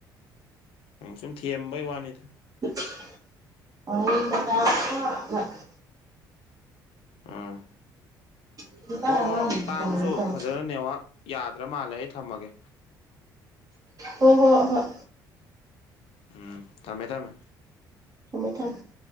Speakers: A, on the left; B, on the right.
A: ꯎꯝ ꯁꯨꯝ ꯊꯦꯝꯕꯩ ꯋꯥꯅꯤꯗ
B: <inaudible>
A: ꯎꯝ
B: ꯍꯧꯖꯤꯛꯀꯥꯟ
A: ꯍꯣ
B: ꯑꯉꯥꯡꯁꯤꯡꯁꯦ
A: ꯇꯥꯕꯁꯨ
B: ꯀꯃꯥꯏꯅ ꯇꯧꯋꯤ
A: ꯐꯖꯅ ꯅꯦꯠꯋꯥꯛ ꯌꯥꯗ꯭ꯔꯥ ꯃꯥꯜꯂꯦ ꯑꯩ ꯊꯝꯃꯒꯦ
B: ꯍꯣ ꯍꯣ ꯍꯣꯏ
A: ꯎꯝ ꯊꯝꯃꯦ ꯊꯝꯃꯦ
B: <unintelligible>